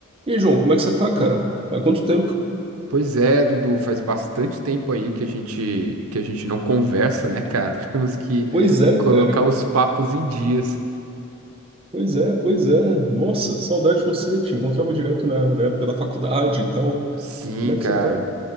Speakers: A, on the right; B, on the right.
A: E aí, João, como é que você tá, cara? Há quanto tempo?
B: Pois é, Dudu, faz bastante tempo aí que a gente que a gente não conversa, né, cara? <laughs> Temos que
A: Pois é,
B: colocar
A: cara.
B: os papos em dias.
A: Pois é, pois é. Nossa, saudade de você. Te encontrava direto na, na época da faculdade e tal.
B: Sim,
A: Como é
B: cara.
A: que você tá?